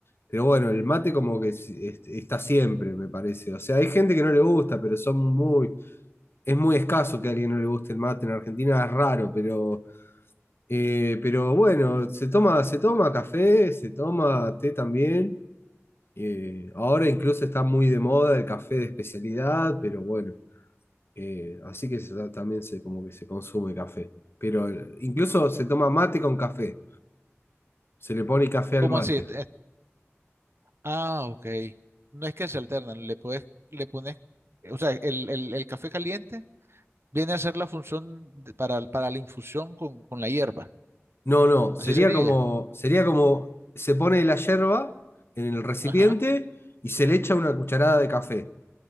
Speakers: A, on the left; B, on the right.
A: pero bueno, el mate como que es- es- está siempre, me parece. O sea, hay gente que no le gusta, pero son muy, es muy escaso que a alguien no le guste el mate en Argentina, es raro, pero, eh, pero bueno, se toma, se toma café, se toma té también. eh, ahora incluso está muy de moda el café de especialidad, pero bueno, eh, así que se- también se, como que se consume café. Pero el- incluso se toma mate con café, se le pone café al
B: ¿Cómo
A: mate.
B: así? Est- est- ah, ok. No es que se alternan, le puedes, le pones, o sea, el, el- el café caliente viene a ser la función de- para, para la infusión con, con la hierba.
A: No, no,
B: Así
A: sería
B: sería.
A: como, sería como se pone la yerba en el recipiente
B: Ajá.
A: y se le echa una cucharada de café